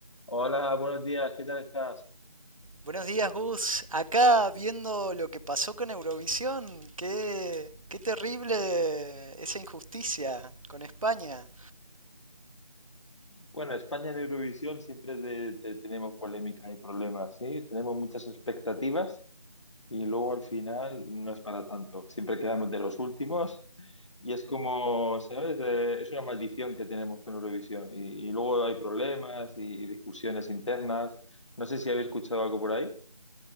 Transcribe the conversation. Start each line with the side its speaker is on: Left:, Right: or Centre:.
Left: Hola, buenos días, ¿qué tal estás?
Right: Buenos días, Gus. Acá viendo lo que pasó con Eurovisión. Qué, qué terrible esa injusticia con España.
Left: Bueno, España en Eurovisión siempre te- te- tenemos polémicas y problemas, ¿sí? Tenemos muchas expectativas y luego al final no es para tanto. Siempre quedamos de los últimos y es como, ¿sabes? Eh, es una maldición que tenemos con Eurovisión y, y luego hay problemas y, y discusiones internas. No sé si habéis escuchado algo por ahí.